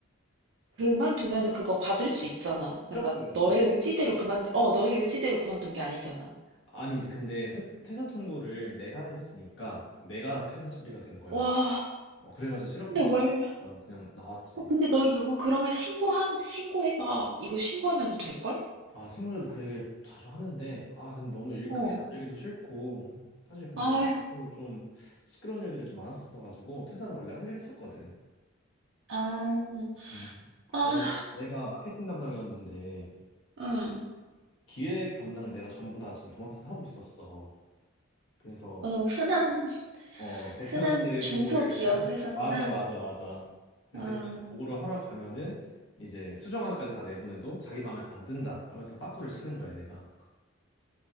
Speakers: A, on the right; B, on the left.
A: 그만두면은 그거 받을 수 있잖아. 그러니까
B: 실업급여 같은
A: 너의
B: 거?
A: 의지대로 그만, 어, 너의 의지대로 그만둔 게 아니잖아.
B: 아니지. 근데 회- 퇴사 통보를 내가 했으니까 내가 퇴사 처리가 된 거야.
A: 와,
B: 어, 그래가지고 실업급여
A: 근데 뭘,
B: 신청하고 그냥 나왔지.
A: 어, 근데 너 이거 그러면 신고한, 신고해봐. 이거 신고하면은 될걸?
B: 아, 친구들도 그 얘기를 자주 하는데, 아, 근데 너무 일
A: 어.
B: 크게 만들기도 싫고, 사실 근데
A: 아유,
B: 홍대도 좀 시끄러운 일들이 좀 많았었어가지고, 퇴사를 원래 하려 했었거든.
A: 아,
B: 음.
A: 아,
B: 원래 내가 마케팅 담당이었는데,
A: 응,
B: 기획 담당을 내가 전부 다 지금 도맡아서 하고 있었어. 그래서,
A: 응, 흔한,
B: 어, 대표한테
A: 흔한 중소기업
B: 보고를 이렇게 하,
A: 회사구나.
B: 어, 맞아, 맞아, 맞아. 그
A: 아,
B: 대표한테 보고를 하러 가면은 이제 수정안까지 다 내보내도 자기 마음에 안 든다 하면서 빠꾸를 치는 거야, 얘네가.